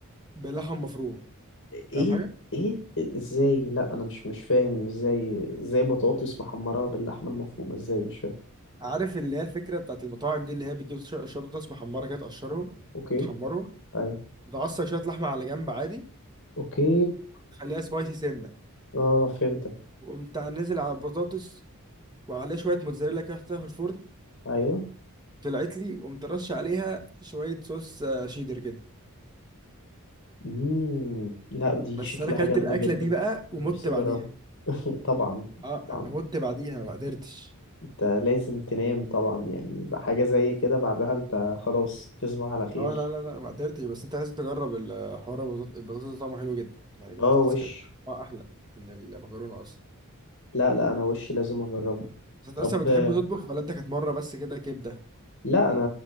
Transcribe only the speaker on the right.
بلحم مفروم فاهم
حاجه
عارف اللي هي الفكره بتاعت المطاعم دي اللي هي بتجيب ش- شوربه محمره كده تقشرهم
وتحمرهم
تعصر شويه لحمه على جنب عادي
خليها سبايسي سنه
وقمت نازل على البطاطس وعليه شويه موتزاريلا كده حطيتها في الفرن
طلعت لي وقمت رش عليها شويه صوص آه، شيدر كده
بس
انا اكلت
الاكله
دي بقى ومت
بعديها
اه انا
مت بعديها ما قدرتش
اه لا لا لا ما قدرتش بس انت لازم تجرب الحوار البطاطس البطاطس طعمه حلو جدا يعني البطاطس
كانت طعمها احلى من المكرونه اصلا
بس انت
اصلا بتحب
تطبخ ولا انت كانت مره بس كده كبده